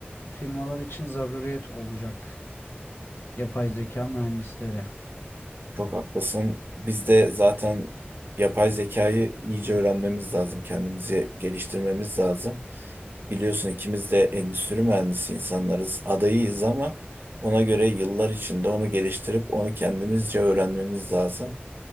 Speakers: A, on the left (about 75°); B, on the right (about 60°).
A: firmalar için zaruriyet olacak yapay zeka mühendisleri.
B: Çok haklısın. Biz de zaten yapay zekayı iyice öğrenmemiz lazım. Kendimizi geliştirmemiz lazım. Biliyorsun ikimiz de endüstri mühendisi insanlarız. Adayıyız ama ona göre yıllar içinde onu geliştirip onu kendimizce öğrenmemiz lazım.